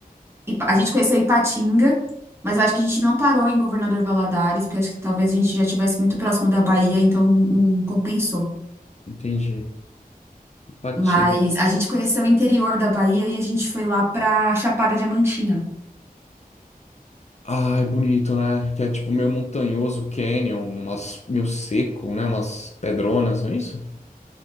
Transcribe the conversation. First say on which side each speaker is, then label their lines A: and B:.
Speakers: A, on the right; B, on the left.
A: Ipa- A gente conheceu Ipatinga, mas eu acho que a gente não parou em Governador Valadares, porque acho que talvez a gente já estivesse muito próximo da Bahia, então não, não compensou.
B: Entendi. Patinho.
A: Mas a gente conheceu o interior da Bahia e a gente foi lá pra Chapada Diamantina.
B: Ah, é bonito, né? Que é tipo meio montanhoso, canyon, umas meio seco, né? Umas pedronas, não é isso?